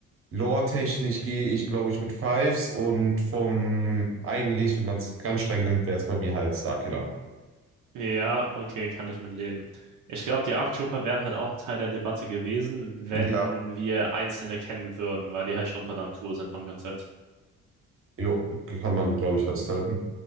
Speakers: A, on the right (about 45°); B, on the right (about 75°).
A: Lore-technisch gehe ich, glaube ich, mit Fives und vom eigentlich, wenn man es ganz streng nimmt, wäre es bei mir halt Starkiller.
B: Ja, okay, kann ich mit leben. Ich glaube, die Arc Trooper wären halt auch ein Teil der Debatte gewesen, wenn
A: Ja.
B: wir einzelne kennen würden, weil die halt schon verdammt cool sind vom Konzept.
A: Jo, kann man, glaube ich, festhalten.